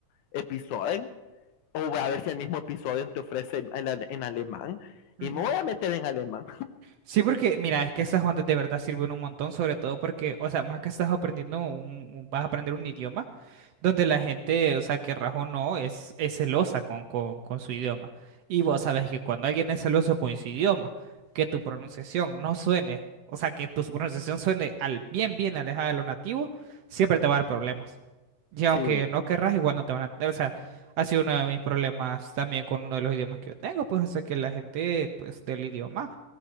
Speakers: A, on the left; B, on the right.
A: Episoden, o voy a ver si el mismo Episoden te ofrece en, en en alemán, y
B: ujú.
A: me voy a meter en alemán.
B: Sí, porque mira, es que esas ondas de verdad sirven un montón, sobre todo porque, o sea, más que estás aprendiendo un, un- vas a aprender un idioma. donde la gente, o sea, que rajo no, es, es celosa con, con, con su idioma. Y vos sabes que cuando alguien es celoso con su idioma, que tu pronunciación no suene, o sea, que tu pronunciación suene al bien, bien alejada de lo nativo, siempre te va a dar problemas. Y aunque
A: Sí,
B: no querrás, igual no te van a entender. O sea, ha sido uno de mis problemas también con uno de los idiomas que yo tengo, pues, o sea, que la gente, pues, del idioma.